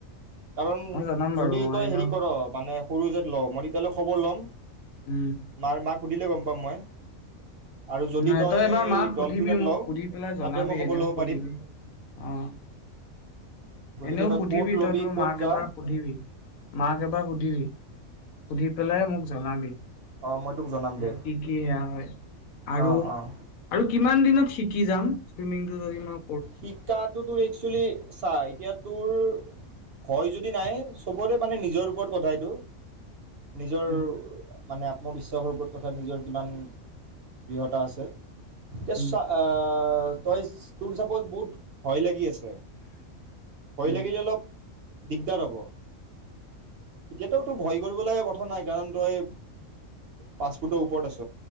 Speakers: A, on the right (about 55°); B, on the left (about 85°).
A: কাৰণ
B: মই জনাম বাৰু
A: যদি
B: মই
A: তই
B: এনেও
A: হেৰি কৰ মানে সৰুসজাইত লও মৰি <unintelligible> খবৰ লম।
B: উম।
A: মাৰ মাক সুধিলে গম পাম মই। আৰু যদি
B: নাই তই এবাৰ মাক
A: ডলফিনত
B: সুধিবি, মোক
A: লওঁ
B: সুধি পেলাই
A: তাতে
B: জনাবি
A: মই খবৰ
B: এনেও
A: ল'ব
B: সুধিবি।
A: পাৰিম
B: অ',
A: গতিকে
B: এনেও
A: তই
B: সুধিবি
A: ক'ত ল'বি
B: তই তোৰ
A: ক'ত
B: মাক
A: যা
B: এবাৰ সুধিবি, মাক এবাৰ সুধিবি। সুধি পেলাই মোক জনাবি।
A: অ', মই তোক জনাম
B: যে
A: দে
B: কি কি সেয়া হয়, আৰু,
A: অঁ অঁ
B: আৰু কিমান দিনত শিকি যাম, চুইমিংটো যদি ম
A: শিক্ষাত তোৰ একচুৱেলী চা এতিয়া তোৰ ভয় যদি নাই চবৰে মানে নিজৰ ওপৰত কথা এইটো নিজৰ
B: উম
A: মানে আত্মবিশ্বাসৰ ওপৰত কথাত নিজৰ কিমান দৃঢ়তা আছে। ত'
B: উম
A: চাহ অ', অ'। তইচ বহুত ভয় লাগি আছে ভয়
B: উম
A: লাগিলে অলপ দিগদাৰ হ'ব, এতিয়াতো তো ভয় কৰিব লগা কথা নাই কাৰণ তই এ পাছপুৰ্ট ওপৰত আছ।